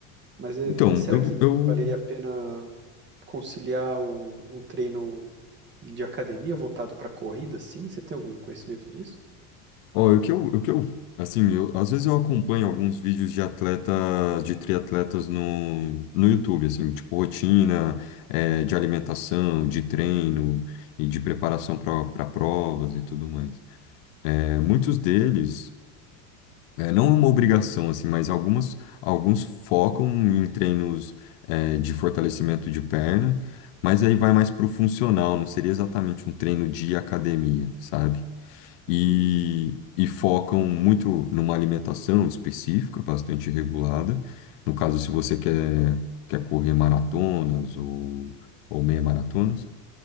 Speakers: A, on the right (about 25°); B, on the left (about 70°).
A: Mas é,
B: Então,
A: será
B: eu,
A: que
B: eu,
A: valeria a pena conciliar um, um treino de academia voltado para corrida, assim? Você tem algum conhecimento disso?
B: ó, o que eu, o que eu, assim, eu, às vezes eu acompanho alguns vídeos de atletas, de triatletas no, no YouTube, assim, tipo rotina, eh, de alimentação, de treino e de preparação para provas e tudo mais. Eh, muitos deles, eh, não é uma obrigação, assim, mas algumas, alguns focam em treinos, eh, de fortalecimento de perna, mas aí vai mais para o funcional, não seria exatamente um treino de academia, sabe?
A: Entendi.
B: e, e focam muito numa alimentação específica, bastante regulada. No caso, se você quer, quer correr maratonas ou, ou meia maratonas,